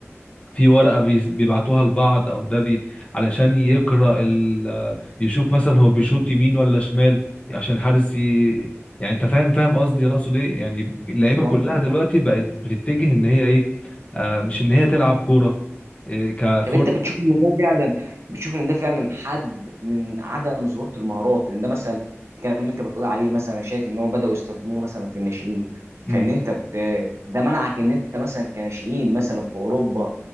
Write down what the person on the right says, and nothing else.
شايف مؤامرة
رقابة.
طب انت بتشوف ان ده فعلا بتشوف ان ده فعلا حد من عدم ظهور المهارات ان ده مثلا الكلام اللي انت بتقول عليه مثلا انا شايف ان هم بداوا يستخدموه مثلا في الناشئين
فان انت ت- ده منعك ان انت مثلا كناشئين مثلا في اوروبا